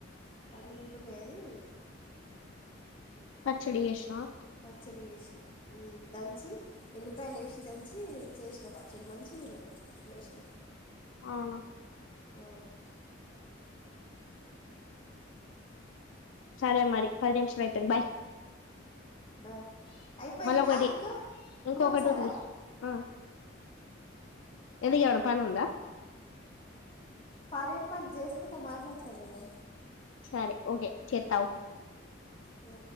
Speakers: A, on the left; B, on the left.
A: పండుమేరపకాయ్ ది
B: పచ్చడి జెష్ణవ
A: చ్చడి చేసిన హ్మ్ దంచి ఏలిప్ ఏలిపాయలు ఎసి దంచి చేసిన పచ్చడి మంచిగా ఉన్నది టేస్ట్
B: అవును
A: హ్మ్
B: సరే మరి పది నిమిషం అయితంది బాయ్
A: బాయ్ అయిపోయిందా
B: మళ్ళ ఒకటి
A: ఇంకా
B: ఇంకొకటి
A: ఇంకొకసార
B: ఉంది ఆ ఎందుకేమన్నా పని ఉందా
A: పరెమ్ పని చేసుకుంటా మాట్లాడుతనగా
B: సరే ఓకే చేతావ్
A: ఆ